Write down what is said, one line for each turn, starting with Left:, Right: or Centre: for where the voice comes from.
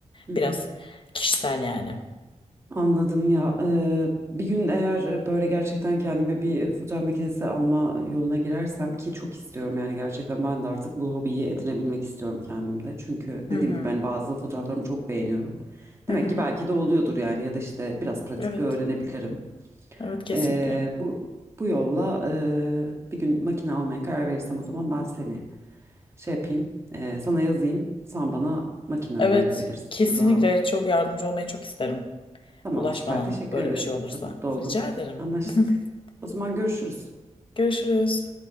Right: Hı hı.
Left: Biraz kişisel yani.
Right: Anladım ya. Eee, bir gün eğer böyle gerçekten kendime bir fotoğraf makinesi alma yoluna girersem ki çok istiyorum yani gerçekten ben de artık bu hobiyi edinebilmek istiyorum kendimde. Çünkü
Left: Hı
Right: dediğim
Left: hı.
Right: gibi ben bazı fotoğraflarımı çok beğeniyorum.
Left: Hı
Right: Demek
Left: hı.
Right: ki belki de oluyordur yani ya da işte biraz pratikle
Left: Evet.
Right: öğrenebilirim.
Left: Evet kesinlikle.
Right: Eee, bu bu yolla eee, bir gün makine almaya karar verirsem o zaman ben seni şey yapayım, eee, sana yazayım. Sen bana makine
Left: Evet.
Right: önerebilirsin
Left: Kesinlikle
Right: ya da
Left: çok yardımcı olmayı çok isterim.
Right: Tamam,
Left: Ulaş
Right: süper.
Left: bana
Right: Teşekkür
Left: böyle
Right: ederim.
Left: bir şey olursa.
Right: Çok mutlu oldum.
Left: Rica ederim.
Right: Anlaştık.
Left: <laughs>
Right: O zaman görüşürüz.
Left: Görüşürüz.